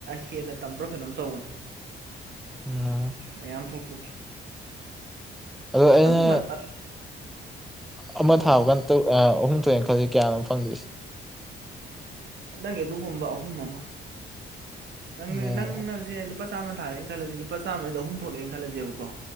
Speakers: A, on the right; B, in the centre.
A: ꯍꯦꯟꯅ ꯇꯝꯕ꯭ꯔꯥ ꯀꯩꯅꯣꯝ ꯇꯧꯕꯅꯦ
B: <unintelligible>
A: ꯃꯌꯥꯝ ꯊꯣꯛꯄꯒꯤ
B: ꯑꯗꯣ
A: ꯑꯁ
B: ꯑꯩꯅ
A: ꯑꯗꯨꯏ ꯃꯠ ꯑꯠ
B: ꯑꯃ
A: ꯀꯩꯗꯧꯕ
B: ꯊꯥꯕ ꯀꯥꯟ ꯇꯣ ꯑꯥ ꯑꯍꯨꯝ ꯊꯣꯛꯑꯦ ꯈꯜꯂꯗꯤ ꯀꯌꯥꯅꯣ ꯐꯪꯗꯣꯏꯁꯦ?
A: ꯅꯪꯒꯤ ꯑꯗꯨꯒꯨꯝꯕ ꯑꯍꯨꯝ ꯑꯃ ꯅꯪ
B: ꯑꯣ
A: ꯅꯪꯅꯖꯦ ꯂꯨꯄꯥ ꯆꯥꯝꯃ ꯇꯥꯔꯦꯅ ꯈꯜꯂꯗꯤ ꯂꯨꯄꯥ ꯆꯥꯝꯗ ꯑꯍꯨꯝ ꯊꯣꯛꯂꯦ ꯈꯜꯂꯖꯦꯕꯀꯣ